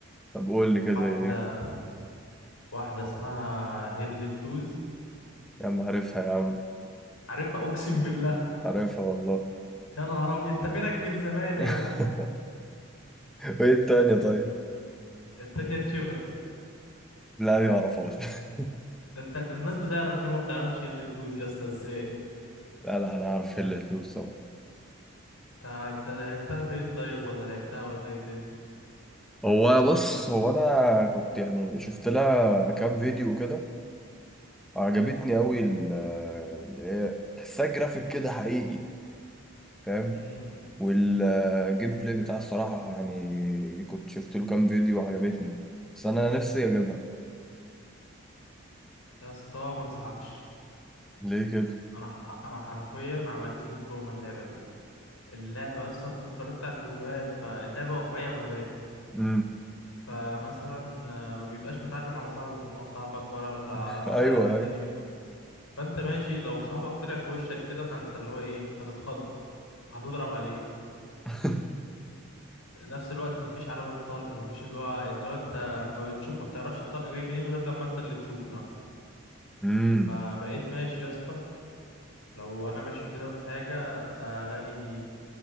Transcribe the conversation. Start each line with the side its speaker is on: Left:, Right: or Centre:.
Centre: طب قول لي كده
Left: واحدة
Centre: زي ايه
Left: واحدة اسمها هيل لوز
Centre: يا عم عارفها يا عم
Left: عارفها اقسم بالله
Centre: عارفها والله
Left: يا نهار ابيض انت فينك من زمان
Centre: <laughs>
Left: يا جدع
Centre: وايه التانية طيب
Left: التانية تشيفرتي
Centre: لا دي ما اعرفهاش <laughs>
Left: ده انت ده الناس بتعرف دي وما بتعرفش ايه اللي تلوز يا اسطى ازاي
Centre: لا لا انا عارف هي اللي تلوز طبعا
Left: انت انت عرفتها فين طيب ولا لعبتها ولا ايه الدنيا
Centre: هو بص هو انا كنت يعني شفت لها كام فيديو كده عجبتني قوي ال- اللي هي تحسها جرافيك كده حقيقي فاهم
Left: امم
Centre: والجيم بلاي بتاعها الصراحة يعني كنت شفت له كام فيديو وعجبتني بس أنا نفسي أجيبها
Left: يا اسطى ما انصحكش
Centre: ليه كده؟
Left: انا ح- انا حرفيا عملت لي تروما اللعبه دي اللعبه اصلا انت اتفرجت على الفيديوهات فاللعبه واقعيه بغباء
Centre: امم
Left: فمثلا آه، ما بيبقاش متعلم على صاحبك ان هو صاحبك ولا
Centre: <laughs>
Left: ال- بتاع
Centre: أيوه
Left: الانمي
Centre: أيوه
Left: فانت ماشي لو صاحبك طلع في وشك كده فانت اللي هو ايه هتتخض هتضرب عليه
Centre: <laughs>
Left: نفس الوقت مفيش علامة طلق مفيش اللي هو اللي هو انت ما بتشوف ما بتعرفش الطلق جاي منين غير لما انت اللي تشوفه نفسك
Centre: امم
Left: فبقيت ماشي يا اسطى لو انا ماشي كده في حاجة الاقي